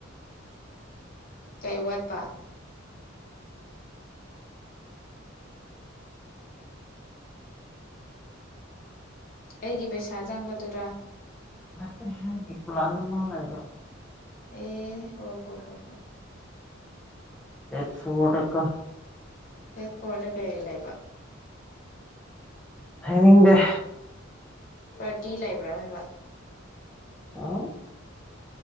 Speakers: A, on the left; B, in the centre.
A: ꯀꯩ ꯋꯥꯠꯄ ꯑꯩꯒꯤ ꯄꯩꯁꯥ ꯆꯪꯕꯗꯨꯔ
B: ꯅꯠꯇꯦ ꯑꯩꯒꯤ ꯄ꯭ꯂꯥꯟ ꯑꯃ ꯂꯩꯕ
A: ꯑꯦ ꯍꯣ ꯍꯣ ꯍꯣ ꯍꯣ
B: ꯗꯦꯠ ꯐꯣꯔꯗ ꯀꯣ
A: ꯗꯦꯠ ꯐꯣꯔꯗ ꯀꯔꯤ ꯂꯩꯕ
B: ꯍꯥꯏꯅꯤꯡꯗꯦ
A: ꯄꯥꯔꯇꯤ ꯂꯩꯕ꯭ꯔꯥ ꯍꯥꯏꯕ
B: ꯍꯨ